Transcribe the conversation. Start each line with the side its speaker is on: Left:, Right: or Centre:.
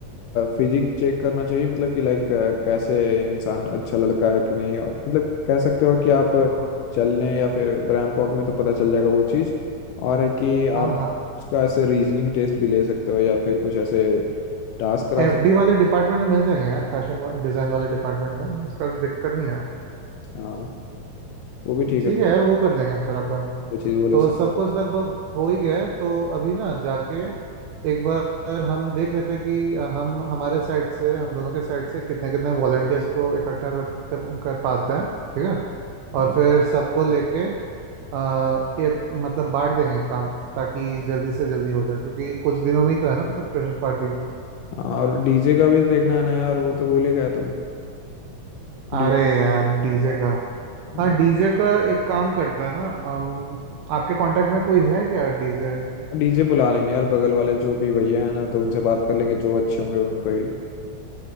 Left: फिजिक चेक करना चाहिए मतलब कि लाइक कैसे इंसान अच्छा लड़का है कि नहीं और मतलब कह सकते हो कि आप
Right: हाँ हाँ
Left: चलने या फिर रैंप वॉक में तो पता चल जाएगा वो चीज़ और है कि आप
Right: हाँ हाँ
Left: उसका ऐसे रीजनिंग टेस्ट भी ले सकते हो या फिर कुछ ऐसे टास्क करा
Right: एफडी
Left: सकते
Right: वाले डिपार्टमेंट में मिल जाएंगे यार फैशन डिजाइन वाले डिपार्टमेंट में उसका दिक्कत नहीं है
Left: हाँ वो भी ठीक
Right: ठीक
Left: है फिर
Right: है यार वो कर देंगे फिर अपन
Left: वो चीज़ वो लोग
Right: तो
Left: सक-
Right: सब कुछ लगभग हो ही गया है तो अभी ना जाके एक बार हम देख लेते हैं कि हम हमारे साइड से हम दोनों के साइड से कितने कितने वॉलंटियर्स को इकट्ठा करते कर पाते हैं ठीक है और
Left: हाँ
Right: फिर सबको लेके आ, ये मतलब बांट देंगे काम ताकि जल्दी से जल्दी हो जाए क्योंकि कुछ दिनों में ही तो है ना फ्रेशर पार्टी
Left: और डीजे का भी देखना है ना यार वो तो भूल ही गया तुम
Right: अरे
Left: डी
Right: यार डीजे का
Left: हाँ।
Right: हाँ डीजे का एक काम करते हैं ना अम, आपके कांटेक्ट में कोई है क्या डीजे
Left: डीजे बुला लेंगे यार बगल वाले जो भी भैया है ना तो उनसे बात कर लेंगे जो अच्छे होंगे उनको ही